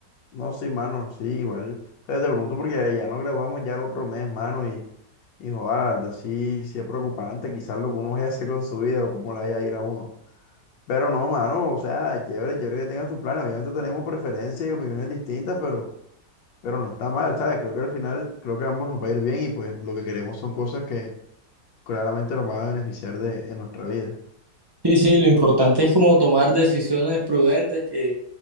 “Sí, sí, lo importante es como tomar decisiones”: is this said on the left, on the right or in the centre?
Right